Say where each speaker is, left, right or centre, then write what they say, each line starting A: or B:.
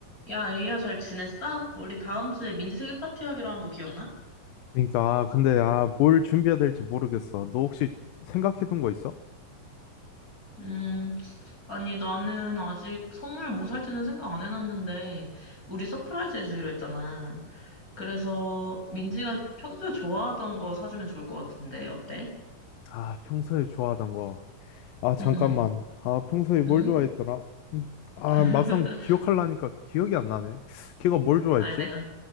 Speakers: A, on the left; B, on the left.
A: 야, 에이야, 잘 지냈어? 우리 다음 주에 민지 생일 파티 하기로 한 거 기억나?
B: 그러니까 아, 근데 아, 뭘 준비해야 될지 모르겠어. 너 혹시 생각해둔 거 있어?
A: 음, 아니, 나는 아직 선물 뭐 살지는 생각 안 해놨는데, 우리 서프라이즈 해주기로 했잖아. 그래서 민지가 평소에 좋아하던 거 사주면 좋을 것 같은데, 어때?
B: 아, 평소에 좋아하던 거. 아, 잠깐만.
A: 응, 응,
B: 아, 평소에 뭘
A: 응?
B: 좋아했더라? 음, 아,
A: <laughs>
B: 막상 기억하려니까 기억이 안 나네. 걔가 뭘 좋아했지?
A: 아니, 내가,